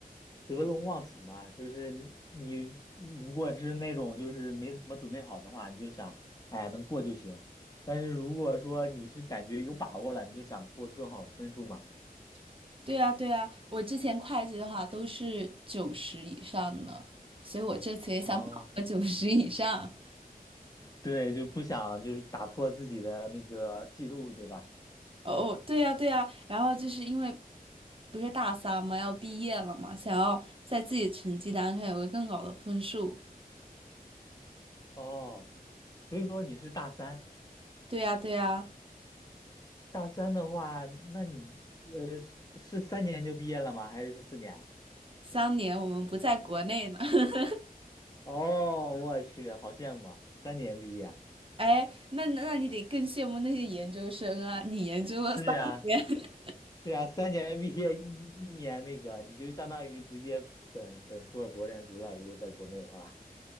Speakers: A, on the left; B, on the right.
A: 得陇望蜀嘛，就是你你你如果是那种就是没怎么准备好的话，你就想，哎呀，能过就行。但是如果说你是感觉有把握了，你就想过更好分数嘛。
B: <laughs> 对呀，对呀，我之前会计的话都是九十以上的，所以我这次也想考个九十以上。
A: 哦，对，就不想就是打破自己的那个记录，对吧？
B: 哦，对呀，对呀，然后就是因为不是大三嘛，要毕业了嘛，想要在自己成绩单上有个更高的分数。
A: 哦，所以说你是大三，
B: 对呀，对呀，
A: 大三的话，那你呃是是三年就毕业了吗？还是四年啊
B: 三年我们不在国内呢。<laughs>
A: 哦，我去，好羡慕啊！三年毕业，
B: 哎，那那那你得更羡慕那些研究生啊，你研究了三年。
A: 是呀，
B: <laughs>
A: 是呀，三年毕业一一年那个，你就相当于直接本本硕博连读了。如果在国内的话，